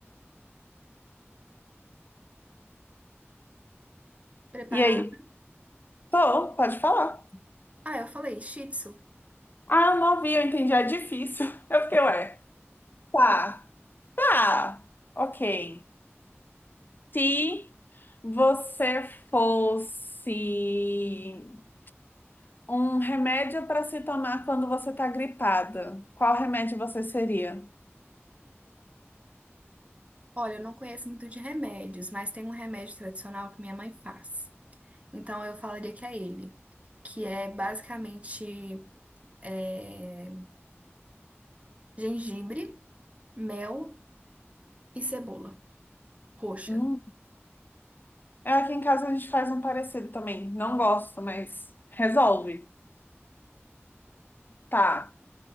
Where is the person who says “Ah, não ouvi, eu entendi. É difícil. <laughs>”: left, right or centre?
Left